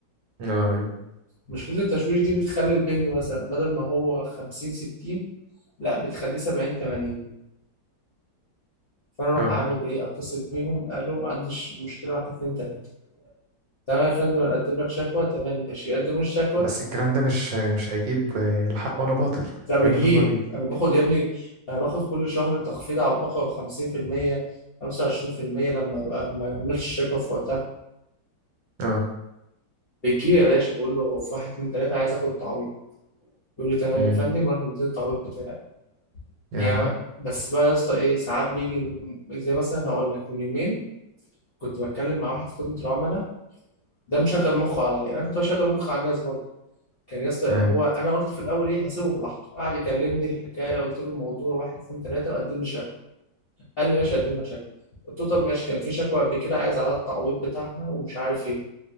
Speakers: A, on the right; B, on the left.
A: اه ايوه
B: مشكله التشويش دي بتخلي البنج مثلا بدل ما هو 50 60 لا بتخليه 70 80 فانا اروح
A: اه
B: اعمل ايه اتصل بيهم قالوا عندي ش- مشكله واحد اتنين تلاته تمام يا فندم انا اقدم لك شكوى تمام ماشي يقدموا لي الشكوى
A: بس الكلام ده مش مش هيجيب آه، لا حق ولا باطل
B: ده بيجيب
A: فاهم اللي هما بي
B: انا باخد يا ابني انا باخد كل شهر تخفيض على البقرة 50% 25% لما ابقى ما اعملش شيك اب في وقتها
A: اه
B: بتجيب يا باشا بقول له في واحد اتنين تلاته عايز اخد التعويض يقول لي تمام
A: امم
B: يا فندم وراح مديني التعويض بتاعي
A: يا
B: يعني بس بقى يا اسطى ايه ساعات بيجي زي مثلا هقول لك من يومين كنت بتكلم مع واحد في خدمة العملاء ده مشغل مخه عليا انا كنت بشغل مخي على الناس برضه كان يا اسطى
A: ايوه
B: هو انا قلت في الاول ايه هسيبه براحته قعد يكلمني الحكايه قلت له الموضوع واحد اتنين تلاته وقدم لي قال لي ماشي اقدم لك شكوى قلت له طب ماشي كان في شكوى قبل كده عايز على التعويض بتاعها ومش عارف ايه